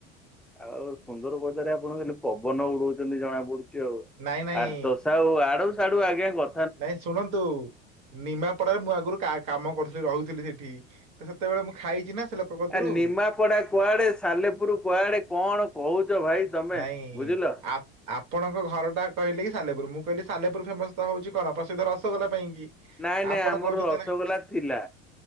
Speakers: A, in the centre; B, on the right.
A: ଆଉ ସୁନ୍ଦର ପଦାରେ ଆପଣ ଖାଲି ପବନ ଉଡଉଛନ୍ତି ଜଣା ପଡୁଛି। ଯୋଉ
B: ନାଇଁ ନାଇଁ
A: ଆର୍ତ ସାହୁ, ଆଡୁ ସାଡୁ ଆଜ୍ଞା ଗ
B: ନାଇଁ ଶୁଣନ୍ତୁ, ନିମାପଡାରେ ମୁଁ ଆଗରୁ କା କାମ କରୁଥିଲି ରହୁଥିଲି ସେଠି। ତ ସେତେବେଳେ ମୁଁ ଖାଇଛି ନା ସେ ଲୋକ କତୁରୁ
A: ଆ ନିମାପଡା କୁଆଡେ, ସାଲେପୁର କୁଆଡେ କଣ କହୁଛ ଭାଇ। ତମେ
B: ନାଇଁ
A: ବୁଝିଲ।
B: ଆ ଆପଣଙ୍କ ଘର ଟା କହିଲେ କି ସାଲେପୁର। ମୁଁ କହିଲି ସାଲେପୁର ଫେମସ୍ ତ ହଉଛି କଣ ପ୍ରସିଦ୍ଧ ରସଗୋଲା ପାଇଁ କି।
A: ନାଇଁ ନାଇଁ
B: ଆପଣ
A: ଆମର
B: କହୁଛନ୍ତି
A: ରସଗୋଲା
B: ନା
A: ଥିଲା